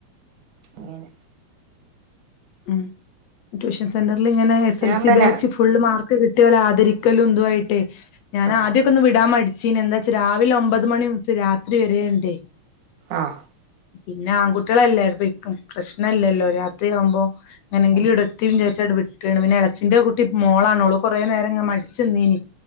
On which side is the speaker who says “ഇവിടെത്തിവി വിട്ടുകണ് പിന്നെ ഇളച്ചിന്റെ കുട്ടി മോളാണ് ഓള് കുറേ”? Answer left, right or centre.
Left